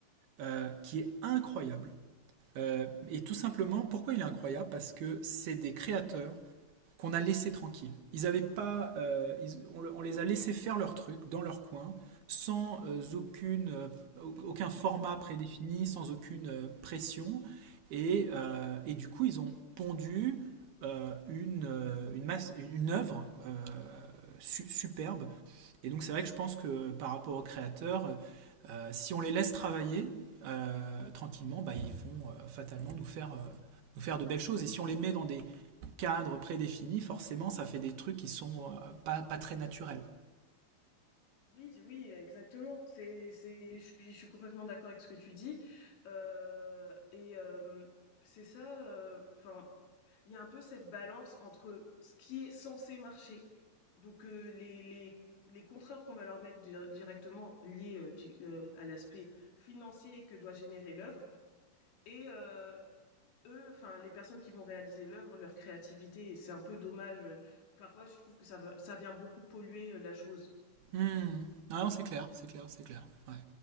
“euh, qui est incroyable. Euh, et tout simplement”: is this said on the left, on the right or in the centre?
Right